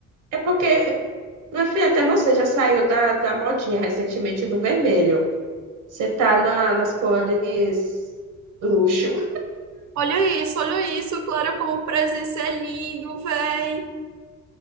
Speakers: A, on the right (about 90°); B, on the right (about 65°).
A: É porque, meu filho, até você já saiu da, da modinha recentemente do vermelho. Você tá na- nas cores luxo.
B: Olha isso, olha isso, Clara, como o presença é lindo, véi.